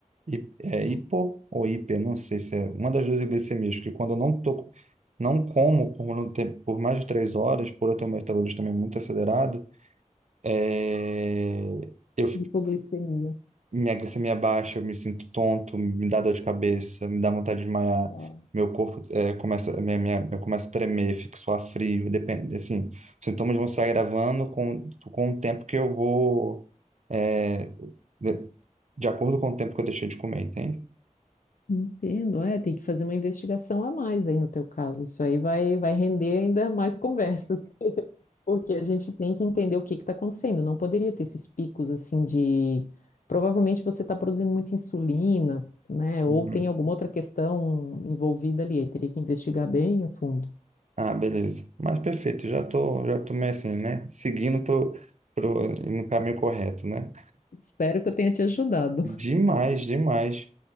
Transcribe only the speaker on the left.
Hipoglicemia.
Uau.
Entendo, é, tem que fazer uma investigação a mais aí no teu caso. Isso aí vai, vai render ainda mais conversa, <laughs> porque a gente tem que entender o que está acontecendo. Não poderia ter esses picos assim de. Provavelmente você está produzindo muita insulina, né?
Ou tem alguma outra questão envolvida ali. Aí teria que investigar bem a fundo.
Espero que eu tenha te ajudado.